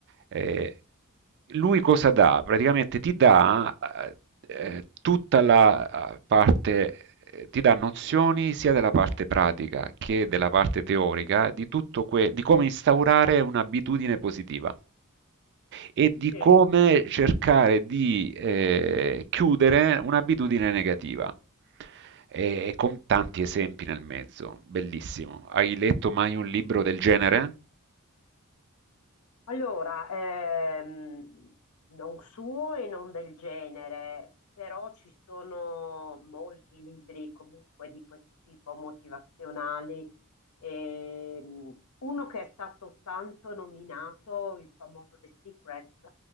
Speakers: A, on the right; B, on the left.
A: Eh, lui cosa dà? Praticamente ti dà eh, eh, tutta la eh, parte, eh, ti dà nozioni sia della parte pratica che della parte teorica di tutto que- di come instaurare un'abitudine positiva e di
B: Sì.
A: come cercare di eh, chiudere un'abitudine negativa. E, e con tanti esempi nel mezzo, bellissimo. Hai letto mai un libro del genere?
B: Allora, ehm, non suo e non del genere, però ci sono molti libri comunque di questo tipo, motivazionali. Ehm, uno che è stato tanto nominato, il famoso The Secret,